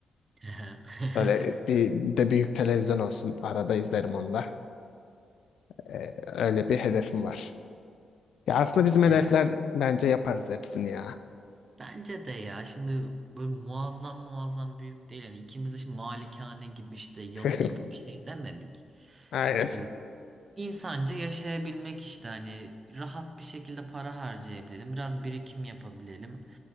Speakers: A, on the right; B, on the left.
A: <laughs>
B: Böyle bir de büyük televizyon olsun. Arada izlerim onu da. E, öyle bir hedefim var. Ya aslında bizim
A: Ya,
B: hedefler bence yaparız hepsini ya.
A: Bence de ya şimdi böyle muazzam muazzam büyük değil. Yani ikimiz de şimdi malikane gibi işte yalı
B: <laughs>
A: gibi bir şey demedik.
B: Aynen.
A: Ee, İnsanca yaşayabilmek işte hani rahat bir şekilde para harcayabilelim, biraz birikim yapabilelim.